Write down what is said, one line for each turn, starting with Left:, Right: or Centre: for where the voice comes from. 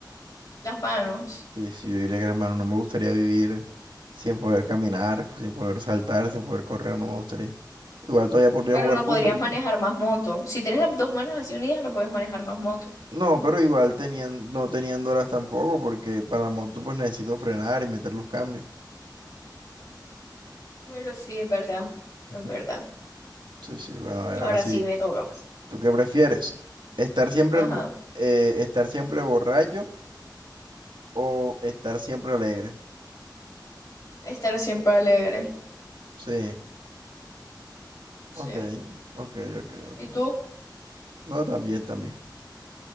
Left: Las manos.
Right: Sí, sí, yo diría que las manos no me gustaría vivir sin poder caminar, sin poder saltar, sin poder correr, no me gustaría. Igual todavía podría
Left: Pero
Right: jugar
Left: no
Right: fútbol.
Left: podrías manejar
Right: <laughs>
Left: más moto. Si tienes las dos manos así unidas, no puedes manejar más moto.
Right: No, pero igual teniendo, no teniéndolas tampoco, porque para la moto pues necesito frenar y meter los cambios.
Left: Bueno, sí, es verdad,
Right: <laughs>
Left: es verdad.
Right: Sí, sí, bueno, a ver,
Left: Ahora
Right: ahora sí.
Left: sí me toca.
Right: ¿Tú qué prefieres? ¿Estar siempre,
Left: Ajá.
Right: bo- eh, estar siempre borracho o estar siempre alegre?
Left: Estar siempre alegre.
Right: Sí,
Left: Sí.
Right: ok, ok, ok, ok.
Left: ¿Y tú?
Right: No, también, también.